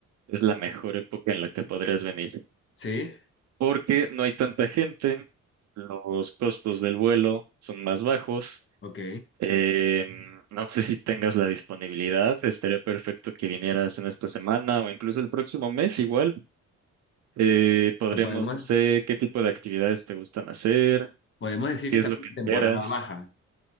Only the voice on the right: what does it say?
es la mejor época en la que podrías venir,
porque no hay tanta gente, los costos del vuelo son más bajos.
Eh, no sé si tengas la disponibilidad, estaría perfecto que vinieras en esta semana o incluso el próximo mes igual. Eh, podríamos,
no sé, qué tipo de actividades te gustan hacer,
qué
es lo que
esperas.